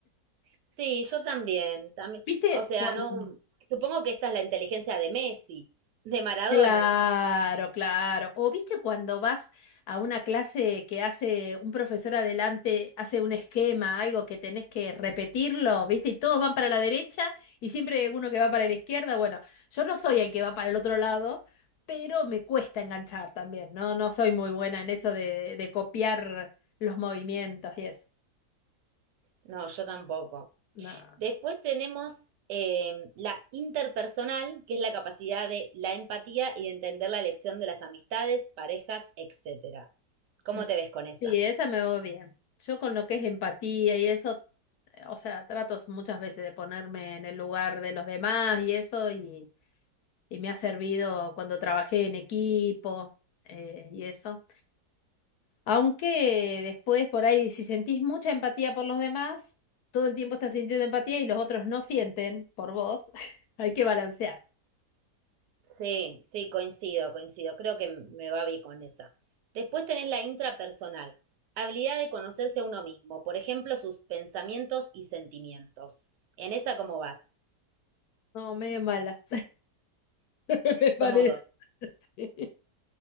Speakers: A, on the right (about 80°); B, on the left (about 70°).
A: sí, yo también, también,
B: <laughs> ¿Viste?
A: o sea,
B: Juan?
A: no, supongo que esta es la inteligencia de Messi, de Maradona.
B: Claro, claro. O viste cuando vas a una clase que hace un profesor adelante, hace un esquema, algo que tenés que repetirlo, viste, y todos van para la derecha y siempre hay uno que va para la izquierda. Bueno, yo no soy el que va para el otro lado, pero me cuesta enganchar también, ¿no? No soy muy buena en eso de, de copiar los movimientos y eso.
A: No, yo tampoco.
B: No.
A: Después tenemos eh, la interpersonal, que es la capacidad de la empatía y de entender la elección de las amistades, parejas, etcétera. ¿Cómo
B: Mm.
A: te ves con esa?
B: Sí, esa me va bien. Yo con lo que es empatía y eso eh, o sea, trato muchas veces de ponerme en el lugar de los demás y eso, y, y me ha servido cuando trabajé en equipo eh, y eso. Aunque después por ahí, si sentís mucha empatía por los demás, todo el tiempo estás sintiendo empatía y los otros no sienten por vos, <laughs> hay que balancear.
A: Sí, sí, coincido, coincido. Creo que me va bien con esa. Después tenés la intrapersonal, habilidad de conocerse a uno mismo, por ejemplo, sus pensamientos y sentimientos. ¿En esa cómo vas?
B: No, medio mala, <laughs> me parece.
A: Somos dos.
B: Sí.